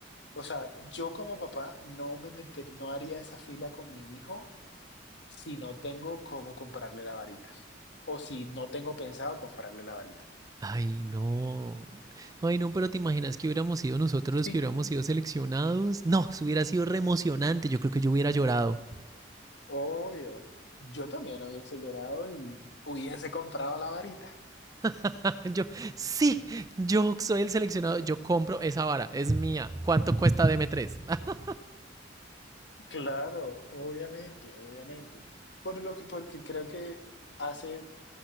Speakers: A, on the left (about 65°); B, on the right (about 20°).
A: o sea, yo como papá no me meter, no haría esa fila con mi hijo si no tengo cómo comprarle la varita. O si no tengo pensado comprarle la varita.
B: Ay, no. Ay, no, pero ¿te imaginas que hubiéramos sido nosotros
A: Sí,
B: los que hubiéramos sido seleccionados? No, eso hubiera sido re emocionante. Yo creo que yo hubiera llorado.
A: obvio. Yo también hubiese llorado y hubiese comprado la varita.
B: <laughs> Yo, sí, yo soy el seleccionado. Yo compro esa vara, es mía. ¿Cuánto cuesta dm tres? <laughs>
A: Claro, obviamente, obviamente. Por lo que, porque creo que hace,